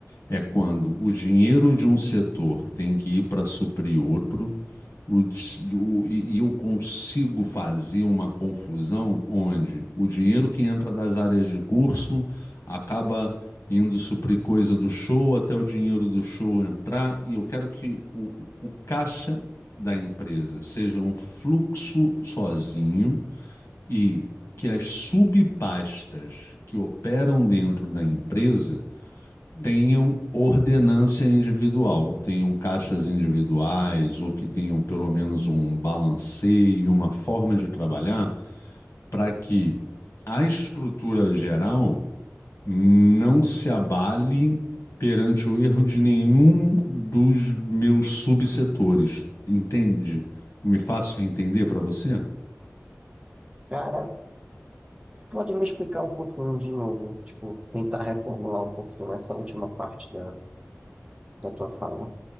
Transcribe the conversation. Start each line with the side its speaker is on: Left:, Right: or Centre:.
Left: é quando o dinheiro de um setor tem que ir para suprir outro, o dis- o- e, e eu consigo fazer uma confusão onde o dinheiro que entra das áreas de curso acaba indo suprir coisa do show até o dinheiro do show entrar, e eu quero que o, o caixa da empresa seja um fluxo sozinho e que as subpastas que operam dentro da empresa tenham ordenância individual, tenham caixas individuais ou que tenham pelo menos um balanceio, uma forma de trabalhar, para que a estrutura geral não se abale perante o erro de nenhum dos meus subsetores. Entende? Me faço entender para você?
Right: Cara, pode me explicar um pouquinho de novo, tipo, tentar reformular um pouquinho essa última parte da, da tua fala.